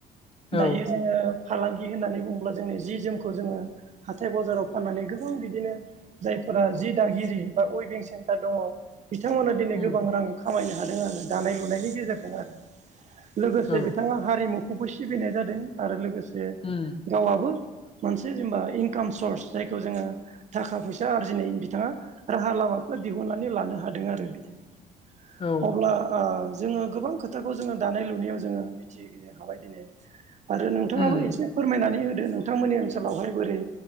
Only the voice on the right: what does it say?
दायो जोङो फालांगि होननानै बुङोब्ला जोंनि जि जोमखौ जोङो हाथाय बाजाराव फाननानै गोबां बिदिनो जायफोरा जि दागिरि बा उइबिं सेन्टार दङ बिथांमोना दिनै
गोबां रां खामायनो हादों आरो दानाय लुनायनि गेजेरजों आरो लोगोसे
बिथाङा हारिमुखौबो सिबिनाय जादों आरो लोगोसे
गावआबो मोनसे जेनेबा इनकाम सर्स जायखौ जोङो थाखा फैसा आरजिनाय बिथाङा राहा लामाखौ दिहुननानै लानो हादों आरो बिदिनो
अब्ला ओ जोङो गोबां खोथाखौ जोङो दानाय लुनायाव जोङो मिथिनो हाबाय दिनै आरो नों थाङाबो
एसे फोरमायनानै होदो नोंथांमोननि ओनसोलावहाय बोरै